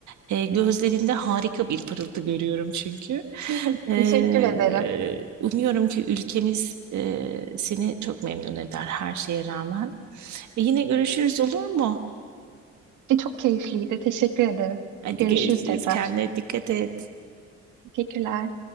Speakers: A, on the right; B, on the right.
A: Ee, gözlerinde harika bir pırıltı görüyorum çünkü.
B: <laughs>
A: Ee,
B: Teşekkür ederim.
A: umuyorum ki ülkemiz e, seni çok memnun eder her şeye rağmen. E, yine görüşürüz olur mu?
B: E, çok keyifliydi. Teşekkür ederim.
A: Hadi
B: Görüşürüz
A: görüşürüz.
B: tekrar.
A: Kendine dikkat et.
B: Teşekkürler.